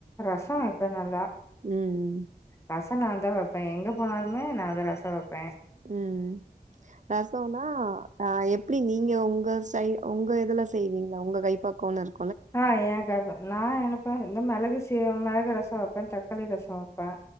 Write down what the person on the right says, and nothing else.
ம்,
ம் ரசோனா ஆ எப்டி நீங்க உங்க சை உங்க இதுலா செய்வீங்களா உங்க கைப்பக்கோன் இரு